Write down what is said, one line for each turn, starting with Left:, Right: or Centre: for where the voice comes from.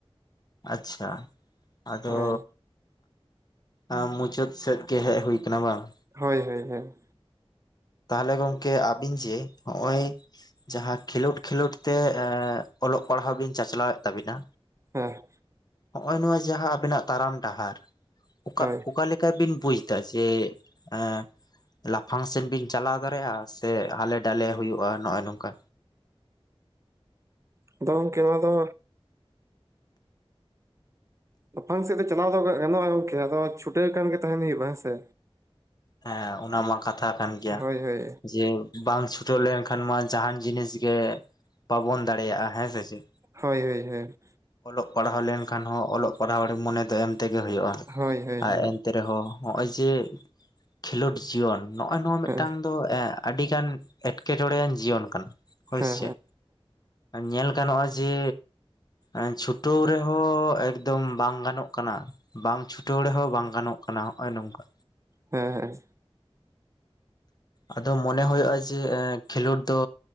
Left: ᱟᱪᱪᱷᱟ ᱟᱫᱚ
Right: ᱦᱳᱭ
Left: ᱟᱜ ᱢᱩᱪᱟᱹᱫ ᱥᱮᱫ ᱜᱮ ᱦᱮᱜ ᱦᱩᱭ ᱠᱟᱱᱟ ᱵᱟᱝ?
Right: ᱦᱳᱭ ᱦᱳᱭ ᱦᱳᱭ᱾
Left: ᱛᱟᱦᱚᱞᱮ ᱜᱚᱝᱠᱮ ᱟᱵᱤᱱ ᱡᱮ ᱦᱚᱸᱜᱼᱚᱭ ᱡᱟᱦᱟᱸ ᱠᱷᱮᱞᱳᱰ ᱠᱷᱮᱞᱳᱰ ᱛᱮ ᱮᱸᱜ ᱚᱞᱚᱜ ᱯᱟᱲᱦᱟᱣ ᱵᱤᱱ ᱪᱟᱪᱞᱟᱣᱮᱫ ᱛᱟᱵᱤᱱᱟ,
Right: ᱦᱮᱸ᱾
Left: ᱦᱚᱸᱜ-ᱚᱭ ᱱᱚᱣᱟ ᱡᱟᱦᱟᱸ ᱟᱵᱮᱱᱟᱜ ᱛᱟᱨᱟᱢ ᱰᱟᱦᱟᱨ ᱚᱠᱟ
Right: ᱦᱳᱭ
Left: ᱩᱜ ᱚᱠᱟᱞᱮᱠᱟ ᱵᱤᱱ ᱵᱩᱡ ᱫᱟ ᱡᱮ ᱮ ᱞᱟᱯᱷᱟᱝ ᱥᱮᱫ ᱵᱤᱱ ᱪᱟᱞᱟᱣ ᱫᱟᱨᱮᱭᱟᱜᱼᱟ ᱥᱮ ᱦᱟᱞᱮ-ᱰᱟᱞᱮ ᱦᱩᱭᱩᱜ-ᱟ ᱱᱚᱸᱜ-ᱚᱭ ᱱᱚᱝᱠᱟ?
Right: ᱫᱚ ᱜᱚᱝᱠᱮ ᱚᱱᱟ ᱫᱚ ᱞᱟᱯᱷᱟᱝ ᱥᱮᱫ ᱫᱚ ᱪᱟᱞᱟᱣ ᱫᱚ ᱜᱟ ᱜᱟᱱᱚᱜ-ᱟ ᱜᱚᱝᱠᱮ ᱟᱫᱚ ᱪᱷᱩᱴᱟᱹᱣ ᱟᱠᱟᱱ ᱜᱮ ᱛᱟᱦᱮᱸᱱ ᱦᱩᱭᱩᱜ-ᱟ ᱦᱮᱸ ᱥᱮ᱾
Left: ᱦᱮᱸ ᱚᱱᱟ ᱢᱟ ᱠᱟᱛᱷᱟ ᱠᱟᱱ ᱜᱮᱭᱟ
Right: ᱦᱳᱭ ᱦᱳᱭ
Left: ᱡᱮ ᱵᱟᱢ ᱪᱷᱩᱴᱟᱹᱣ ᱞᱮᱱᱠᱷᱟᱱ ᱢᱟ ᱡᱟᱦᱟᱸᱱ ᱡᱤᱱᱤᱥ ᱜᱮ ᱵᱟᱵᱚᱱ ᱫᱟᱲᱮᱭᱟᱜ-ᱟ ᱦᱮᱸ ᱥᱮ ᱪᱮᱫ?
Right: ᱦᱳᱭ ᱦᱳᱭ ᱦᱳᱭ᱾
Left: ᱚᱞᱚᱜ ᱯᱟᱲᱦᱟᱣ ᱞᱮᱱᱠᱷᱟᱱ ᱦᱚᱸ ᱚᱞᱚᱜ ᱯᱟᱲᱦᱟᱣ ᱨᱮ ᱢᱚᱱᱮ ᱫᱚ ᱮᱢ ᱛᱮᱜᱮ ᱦᱩᱭᱩᱜ-ᱟ
Right: ᱦᱳᱭ ᱦᱳᱭ
Left: ᱟᱨ
Right: ᱦᱳᱭ ᱦᱮᱸ
Left: ᱮᱱᱛᱮ ᱨᱮᱦᱚᱸ ᱦᱚᱸᱜ-ᱚᱭ ᱡᱮ ᱠᱷᱮᱞᱳᱰ ᱡᱤᱭᱚᱱ ᱱᱚᱸᱜ-ᱚᱭ ᱱᱚᱣᱟ ᱢᱮᱜᱴᱟᱝ
Right: ᱦᱮᱸ
Left: ᱫᱚ ᱮᱸᱜ ᱟᱹᱰᱤᱜᱟᱱ ᱮᱸᱴᱠᱮᱴᱚᱲᱮ ᱭᱟᱱ ᱡᱤᱭᱚᱱ ᱠᱟᱱᱟ᱾ ᱦᱳᱭ
Right: ᱦᱮᱸ
Left: ᱥᱮᱪᱮᱫ ᱧᱮᱞ ᱜᱟᱱᱚᱜ-ᱟ ᱡᱮ ᱮᱸ ᱪᱷᱩᱴᱟᱹᱣ ᱨᱮᱦᱚᱸ ᱮᱠᱫᱚᱢ ᱵᱟᱝ ᱜᱟᱱᱚᱜ ᱠᱟᱱᱟ, ᱵᱟᱝ ᱪᱷᱩᱴᱟᱹᱣ ᱨᱮᱦᱚᱸ ᱵᱟᱝ ᱜᱟᱱᱚᱜ ᱠᱟᱱᱟ ᱦᱚᱸᱜ-ᱚᱭ ᱱᱚᱝᱠᱟ᱾
Right: ᱦᱮᱸ ᱦᱮᱸ᱾
Left: ᱟᱫᱚ ᱢᱚᱱᱮ ᱦᱳᱭᱳᱜ-ᱟ ᱡᱮ ᱮᱸ ᱠᱷᱮᱞᱳᱰ ᱫᱚ